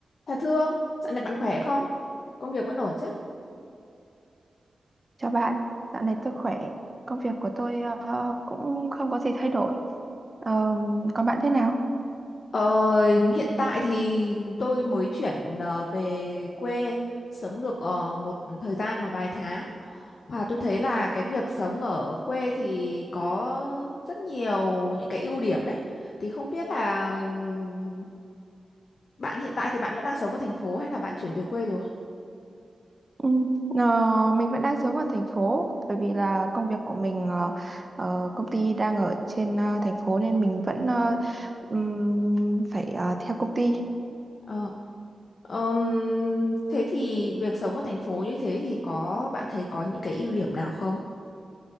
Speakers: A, on the left; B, on the right.
A: Thà Thương, dạo này bạn khỏe không? Công việc vẫn ổn chứ?
B: Chào bạn, dạo này tôi khỏe. Công việc của tôi ờ, cũng không có gì thay đổi. Ờ, còn bạn thế nào?
A: Ờ, hiện tại thì tôi mới chuyển ờ, về quê sống được ờ, một thời gian một vài tháng. Và tôi thấy là cái việc sống ở quê thì có rất nhiều những cái ưu điểm ấy. Thì không biết là ừm, bạn hiện tại thì bạn vẫn đang sống ở thành phố hay là bạn chuyển về quê rồi?
B: Ừ, ờ, mình vẫn đang sống ở thành phố bởi vì là công việc của mình ờ, ờ, công ty đang ở trên ờ, thành phố nên mình vẫn ờ, ừm, phải ờ, theo công ty.
A: Ờ, ừm, thế thì việc sống ở thành phố như thế thì có bạn thấy có những cái ưu điểm nào không?